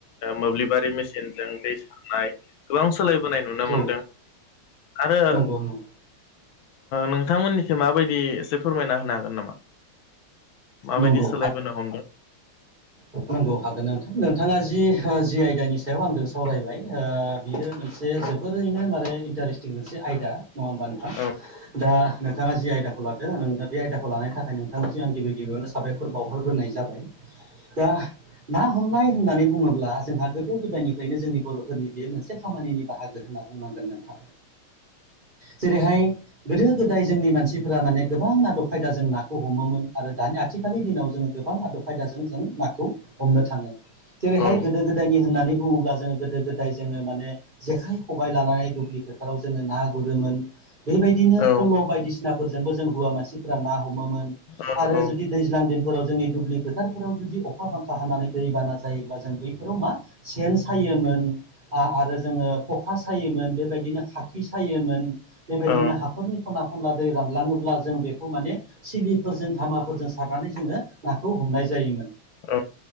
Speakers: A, on the left; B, on the right.
A: मोब्लिबारि मेसिनजों दै सारनाय गोबां सोलायबोनाय नुनो मोनदों
B: औ
A: आरो।
B: नंगौ नंगौ
A: नोंथांमोननिखौो माबायदि एसे फोरमायना होनो हागोन नामा? माबायदि
B: नंगौ
A: सोलायबोनो हमदों।
B: नगौ हागोन नोंथां नोंथाङा जि जि आयदानि सायाव आंजों सावरायबाय बियो मोनसे जोबोरैनो माने इन्टारेस्टिं मोनसे आयदा नङा होमबा नोंथां
A: औ
B: दा नोंथाङा जि आयदाखौ लादो नों दा बे आयदाखौ लानायनि थाखाय नोंथांनि जि आं गिबि गिबियावनो साबायखर बावहरग्रोनाय जाबाय दा ना हमनाय होननानै बुङोब्ला जोंहा गोदो गोदायनिफ्रायनो जोंनि बर'फोरनि बे मोनसे खामानिनि बाहागो होननानै फ
A: <inaudible>
B: <inaudible> <unintelligible> जेरैहाय- गोदो गोदाय जोंनि मानसिफोरा माने गोबां आदब खायदा जों नाखौ हमोमोन। आरो दानि आथिखालनि दिनाव जोङो गोबां आदब खायदाजों जों नाखौ हमनो थाङो जेरैहाय
A: औ
B: गोदो गोदायनि होननानै बुङोब्ला जोङो गोदो गोदाय जोङो माने जेखाइ खबाय लानानै दुब्लि फोथाराव जोङो ना गुरोमोन बेबायदिनो
A: औ
B: फल' बायदिसिनाफोरजोंबो जों हौवा मानसिफोरा ना हमोमोन
A: औ
B: आरो जुदि दैज्लां दिनफोराव जोंनि दुब्लि फोथारफोराव जुदि अखा बांखा हानानै दैबाना जायोब्ला जों बैफोराव मा सेन सायोमोन आ आरो जोङो खखा सायोमोन बेबायदिनो खाखि सायोमोन बेबायदिनो
A: औ औ
B: हाखरनि खना खनला दै रानलाङोब्ला जों बेखौ माने सिलिफोरजों धामाफोरजों सारनानै जोङो नाखौ हमनाय जायोमोन
A: औ